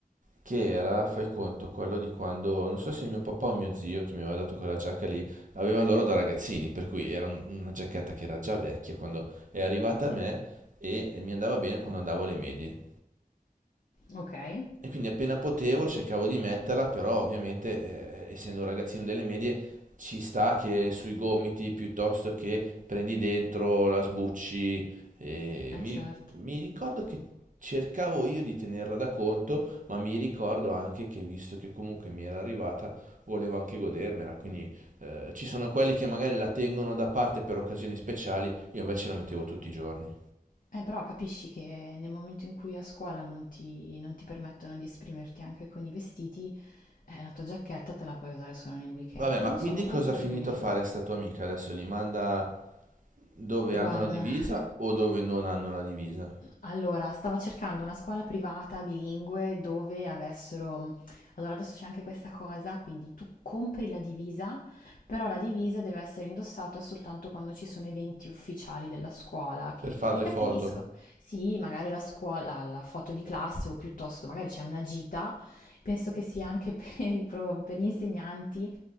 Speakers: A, on the right (about 55°); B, on the left (about 60°).
A: che era, fai conto, quello di quando, non so se mio papà o mio zio, che mi aveva dato quella giacca lì, avevano loro da ragazzini, per cui era un- una giacchetta che era già vecchia quando è arrivata a me e mi andava bene quando andavo alle medie.
B: Ok? Eh
A: E quindi appena potevo cercavo di metterla, però ovviamente eh, essendo un ragazzino delle medie ci sta che sui gomiti piuttosto che prendi dentro, la sbucci. eh, mi,
B: certo.
A: mi ricordo che cercavo io di tenerla da conto, ma mi ricordo anche che visto che comunque mi era arrivata, volevo anche godermela. Quindi eh, ci sono quelli che magari la tengono da parte per occasioni speciali, io invece la mettevo tutti i giorni.
B: Eh, però capisci che nel momento in cui a scuola non ti, non ti permettono di esprimerti anche con i vestiti, eh, la tua giacchetta te la puoi usare solo nel weekend.
A: Vabbè,
B: Non
A: ma
B: lo
A: quindi
B: so, lo trovo
A: cosa
B: un po'
A: ha finito
B: riprimente.
A: a fare sta tua amica adesso? Li manda dove
B: Guarda.
A: hanno la divisa o dove non hanno la divisa?
B: Allora, stava cercando una scuola privata bilingue dove avessero... mm, Allora, adesso c'è anche questa cosa, quindi tu compri la divisa, però la divisa deve essere indossata soltanto quando ci sono eventi ufficiali della scuola, che,
A: Per fare
B: che
A: le
B: capisco.
A: foto,
B: Sì, magari la scuola, la foto di classe o piuttosto magari c'è una gita, penso che sia anche <laughs> per i pro- per gli insegnanti